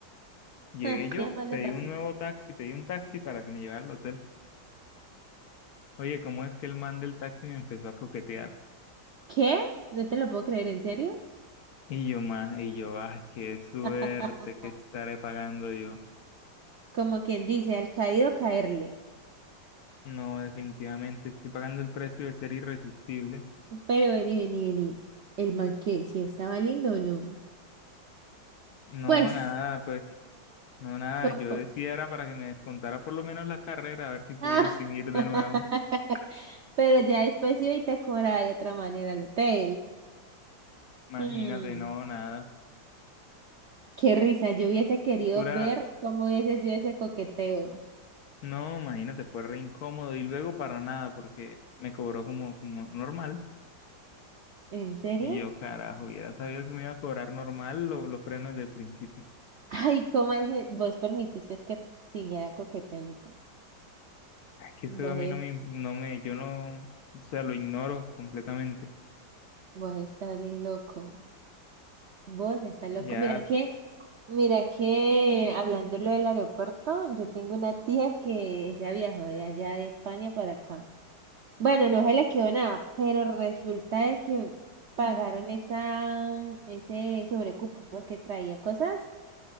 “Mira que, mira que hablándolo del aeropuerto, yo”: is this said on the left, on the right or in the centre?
Right